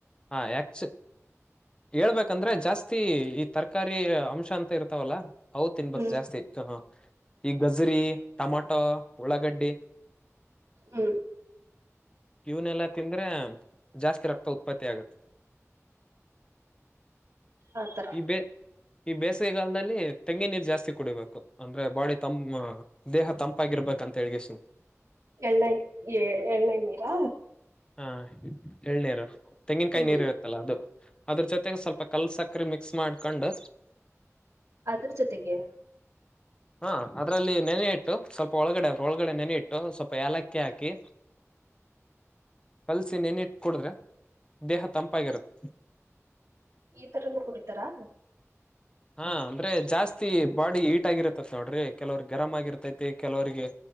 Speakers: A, on the left (about 20°); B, on the right (about 80°).
A: ಹೇ ಯಾಕ್ ಹೇಳ್ಬೇಕಂದ್ರೆ ಜಾಸ್ತಿ ಈ ತರಕಾರಿ ಅಂಶ ಅಂತ ಇರ್ತಾವಲ್ಲ ಹೌ ತಿನ್ಬಕ್
B: ಹ್ಮ್
A: ಜಾಸ್ತಿ ಈ ಗಜರಿ ಟೊಮೊಟೊ ಉಳ್ಳಾಗಡ್ಡಿ
B: ಹ್ಮ್
A: ಇವನೆಲ್ಲಾ ತಿಂದ್ರೆ ಜಾಸ್ತಿ ರಕ್ತ ಉತ್ ಉತ್ಪತಿ ಆಗುತ್ತೆ
B: ಆತರ
A: ಈ ಬೇ ಈ ಬೇಸಿಗೆ ಕಾಲದಲ್ಲಿ ತೆಂಗಿನ ನೀರ್ ಜಾಸ್ತಿ ಕುಡಿಬೇಕು ಅಂದ್ರೆ ಬಾಡಿ ತಂಪ್ ದೇಹ ತಂಪಾಗಿರ್ಬೇಕಂತ ಹೇಗ ಸನ್
B: ಎಳ್ಳೈ ಏಳನೀರು
A: ಹಾ ಹೇಳಳ್ನಾರ ತೆಂಗಿನಕಾಯಿ
B: ಹ್ಮ್
A: ನೀರು ಇರುತ್ತಲ್ಲ ಅದು ಅದ್ರ ಜೊತೆಗೆ ಸ್ವಲ್ಪ ಕಲ್ಲ ಸಕ್ಕರೆೆ ಮಿಕ್ಸ್ ಮಾಡ್ಕೊಂಡು
B: ಅದ್ರ ಜೊತೆಗೆ
A: ಹಾ ಅದ್ರಲ್ಲಿ ನೆನೆ ಇಟ್ಟು ಸ್ವಲ್ಪ ಒಳಗಡೆ ಒಳಗಡೆ ನೆನೆ ಇಟ್ಟು ಸ್ವಲ್ಪ ಏಲಕ್ಕಿ ಹಾಕಿ ಕಲ್ಸಿ ನೆನಿಟ್ಟ ಕುೂಡ್ರೆ ದೇಹ ತಂಪಾಗಿರುತ್ತೆ
B: ಈ ತರ ಕುಡಿತಾರಾ
A: ಹಾ ಅಂದ್ರೆ ಜಾಸ್ತಿ ಬಾಡಿ ಈಟ್ ಆಗಿರ್ತತಿ ನೋಡ್ರಿ ಕೆಲವ್ರ ಗರಮ ಆಗಿರ್ತೈತಿ ಕೆಲವರಿಗೆ